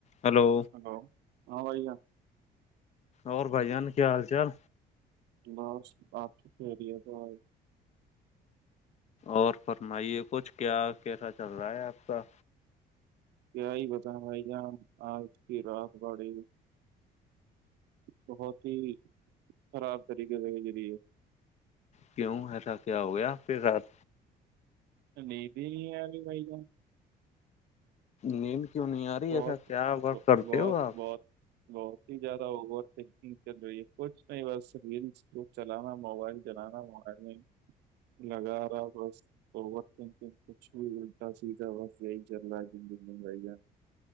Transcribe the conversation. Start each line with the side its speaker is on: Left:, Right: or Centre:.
Left: ہلو
Right: ہلو ہاں بائی گا
Left: اور بھائی جان کیا حال چال
Right: بس بپی خھی رہ ہو تو آ <inaudible>
Left: اور فرمائیے کچھ کیا کیسا چل رہا ہے آپ کا
Right: کیا ہی بت بھائی جان آج کی رات بڑے گی بہت ہی خراب طریقے سے جیریی ہے
Left: کیوں ہےسا کیا ہو گیا پھر رات
Right: تو نہیں بھی نہیں بھ ج <inaudible>
Left: نیند کیوں نہیں آ رہی
Right: بہت
Left: ایسا کیا ا کرتے
Right: بہت
Left: ہو آپ
Right: بہت بہت ہی زیادہ اوور تھنکنگ چل رہی ہے کچھ نہیں بس ریلس <inaudible> چلانا موبائل جلانا موبائل میں لگا رہا بس اورقت کچھ بھی الٹا سیدھا بس یہی چل رہا ہے زندگی میں جے گا